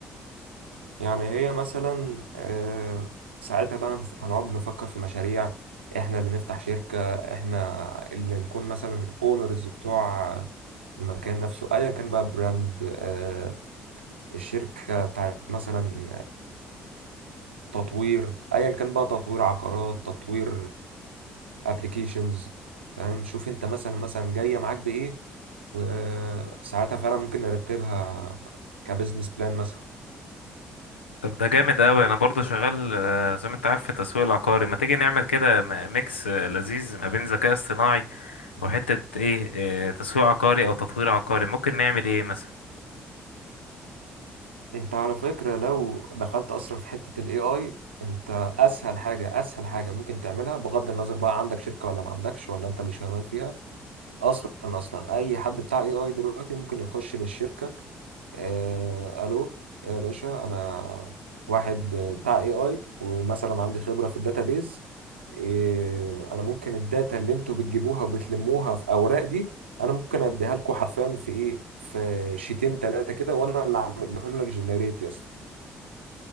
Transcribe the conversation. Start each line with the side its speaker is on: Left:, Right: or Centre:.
Right: يعني هي مثلا آه، ساعتها بقى هنف- هنقعد نفكر في مشاريع احنا اللي نفتح شركة احنا اللي نكون مثلا اونرز بتوع المكان نفسه ايا كان بقى براند آه، الشركة بتاعت مثلا تطوير ايا كان بقى تطوير عقارات تطوير ابلكيشنز فاهم شوف انت مثلا مثلا جايه معاك بايه وساعتها فعلا ممكن نرتبها كبزنس بلان مثلا
Left: طب ده جامد قوي انا برضو شغال آه، زي ما انت عارف في التسويق العقاري ما تيجي نعمل كده م- ميكس آه، لذيذ ما بين ذكاء اصطناعي وحتة ايه آه، تسويق عقاري او تطوير عقاري ممكن نعمل ايه مثلا
Right: انت على فكره لو دخلت اصلا في حته الاي اي انت اسهل حاجه اسهل حاجه ممكن تعملها بغض النظر بقى عندك شركه ولا ما عندكش ولا انت اللي شغال فيها اصلا اصلا اي حد بتاع اي اي دلوقتي ممكن يخش للشركه آه، الو يا باشا انا واحد آه، بتاع اي اي ومثلا عندي خبره في الداتابيز آه، انا ممكن الداتا اللي انتوا بتجيبوها وبتلموها في اوراق دي انا ممكن اديها لكم حرفيا في ايه في شيتين ثلاثه كده وانا اللي اعمل لهم لك جنريت يا اسطى